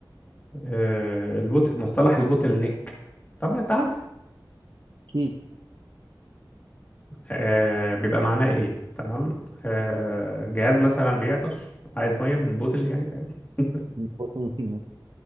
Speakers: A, on the left (about 20°); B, on the right (about 75°).
A: آه، البوت مصطلح البوتل نيك طبعا انت عارفه
B: اكيد
A: آه بيبقى معناه ايه تمام آه جهاز مثلا بيعطش عايز ميه من البوتل يعني فاهم <laughs>
B: <laughs> خد مني.